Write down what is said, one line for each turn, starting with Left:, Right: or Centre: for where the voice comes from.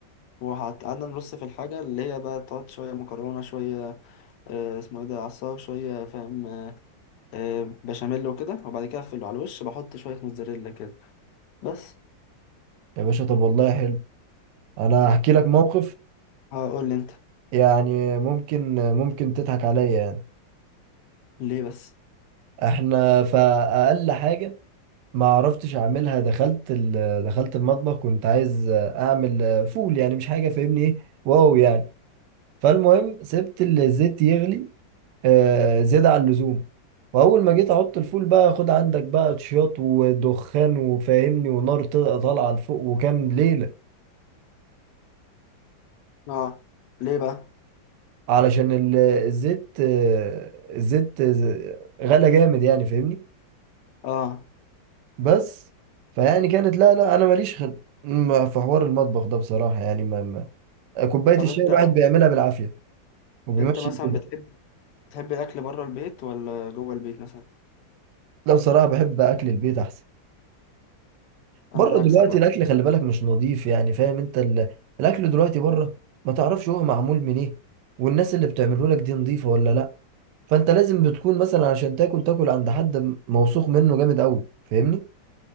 Left: وقعدنا نرص في الحاجه اللي هي بقى تقعد شويه مكرونه شويه آه، اسمه ايه ده عصار شوية فاهم آه، بشاميل وكده وبعد كده اقفله على الوش بحط شوية موتزاريلا كده بس
Right: يا باشا طب والله حلو، انا هحكي لك موقف
Left: هقول لي انت
Right: يعني ممكن ممكن تضحك عليا يعني،
Left: ليه بس
Right: احنا فأقل حاجة ما عرفتش اعملها دخلت ال... دخلت المطبخ كنت عايز اعمل فول يعني مش حاجه فاهمني ايه واو يعني فالمهم سبت الزيت يغلي آه زيادة عن اللزوم واول ما جيت احط الفول بقى خد عندك بقى تشياط ودخان وفاهمني ونار طل- طالعه لفوق وكان ليله
Left: اه ليه بقى
Right: علشان ال- الزيت آه الزيت ز- غلى جامد يعني فاهمني
Left: اه
Right: بس فيعني كانت لا لا انا ماليش خل... ما- في حوار المطبخ ده بصراحه يعني كوبايه الشاي
Left: طب انت
Right: الواحد بيعملها بالعافيه وبيمشي
Left: انت مثلا
Right: الدنيا
Left: بتحب بتحب الاكل بره البيت ولا جوه البيت مثلا
Right: لا بصراحه بحب اكل البيت احسن بره
Left: انا
Right: دلوقتي
Left: عكسك بقى
Right: الاكل خلي بالك مش نظيف يعني فاهم انت ال... الاكل دلوقتي بره ما تعرفش هو معمول من ايه والناس اللي بتعمله لك دي نظيفه ولا لا فانت لازم بتكون مثلا عشان تاكل تاكل عند حد م- موثوق منه جامد قوي فاهمني